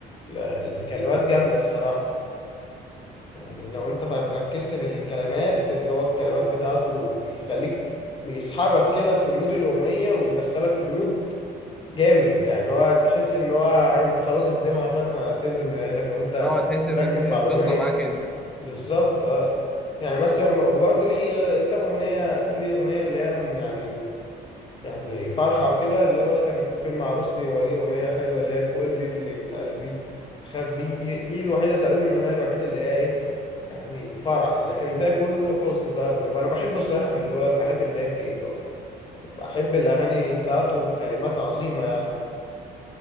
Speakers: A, on the left; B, in the centre.
A: ال- الكلمات جامدة الصراحة يعني لو انت ركزت في الكلمات اللي هو الكلمات بتاعته بيخليك بيسحبك كده في مود الأغنية ويدخلك في مود جامد يعني هو تحس ان هو انت خلاص الدمعة فاهم هتنزل من عينك لو انت
B: اه تحس ان
A: ركز
B: الق-
A: مع
B: القصه
A: الأغنية
B: معاك انت
A: بالظبط اه يعني بس هو برضه ليه كام أغنية في ليه أغنية اللي هي يعني يعني فرحة وكده اللي هو كانت في فيلم عروستي وليه أغنية حلوة اللي هي كل اللي في قلبي خبيه دي دي الوحيدة تقريبا الأغنية الوحيدة اللي هي إيه يعني فرح لكن الباقي كله حزن بقى وكده أنا بحب الصراحة في اللي هو الحاجات اللي هي الكئيبة أكتر بحب الأغاني بتاعته كلمات عظيمة يعني